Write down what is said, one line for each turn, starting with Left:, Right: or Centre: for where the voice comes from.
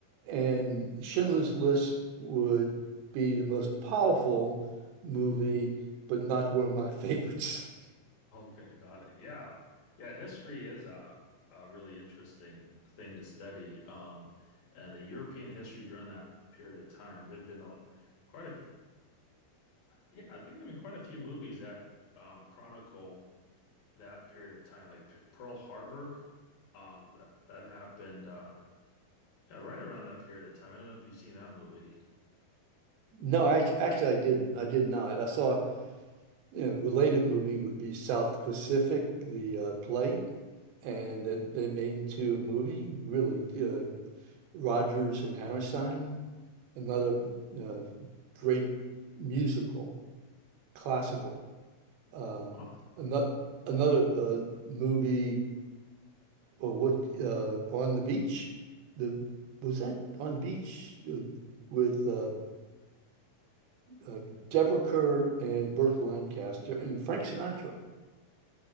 Right: And Schindler's List would be the most powerful movie, but not one of my favorites. <laughs>
Left: Okay, got it. Yeah. Yeah, history is a a really interesting thing to study. Um, and the European history during that period of time, there've been a quite a yeah, I think there've been quite a few movies that um chronicle that period of time, like P Pearl Harbor. Um, that that happened uh yeah, right around that period of time. I don't know if you've seen that movie.
Right: No, actually, actually, I didn't. I did not. I saw you know, related movie would be South Pacific, the uh, play, and that they made into a movie, really. Uh, Rodgers and Hammerstein, another uh, great musical, classical. Um,
Left: Oh,
Right: another another uh, movie, or what, uh, On the Beach? The was that On the Beach uh, with uh, uh, Deborah Kerr and Burt Lancaster and Frank Sinatra?